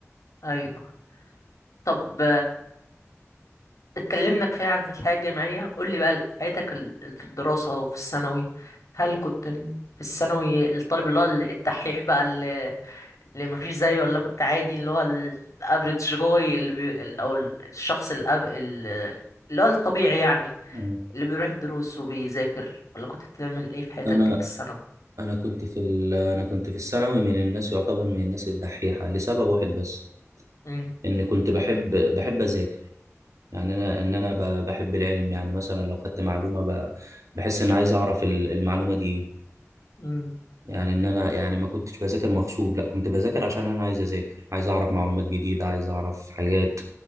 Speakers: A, on the left; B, on the right.
A: ايوه طب اتكلمنا كفاية عن الحياة الجامعية قول لي بقى ال- حياتك ال- في الدراسة وفي الثانوي هل كنت في الثانوي الطالب اللي هو ال- الدحيح بقى اللي, اللي مفيش زيه ولا كنت عادي اللي هو الافريج جوي اللي بي... ال- او ال- الشخص الأف... ال- اللي هو الطبيعي يعني
B: مم.
A: اللي بيروح الدروس وبيذاكر ولا كنت بتعمل ايه في حياتك
B: أنا
A: في الثانوي
B: انا كنت في ال... انا كنت في الثانوي من الناس يعتبر من الناس الدحيحه لسبب واحد بس
A: امم
B: ان كنت بحب بحب اذاكر يعني انا ان انا ب... بحب العلم يعني مثلا لو خدت معلومه ب... بحس ان عايز اعرف ال- المعلومه دي إيه.
A: امم
B: يعني ان انا يعني ما كنتش بذاكر مغصوب لا كنت بذاكر عشان انا عايز اذاكر عايز اعرف معلومات جديده عايز اعرف حاجات